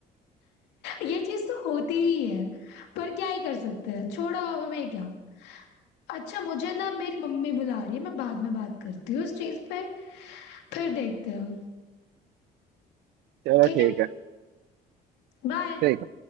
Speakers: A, on the left (about 85°); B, on the right (about 75°).
A: ये चीज तो होती ही है पर क्या ही कर सकते हैं छोड़ो अब हमें क्या अच्छा मुझे ना मेरी मम्मी बुला रही है मैं बाद में बात करती हूँ इस चीज पे फिर देखते हैं
B: चलो
A: ठीक
B: ठीक
A: है
B: है
A: बाय
B: ठीक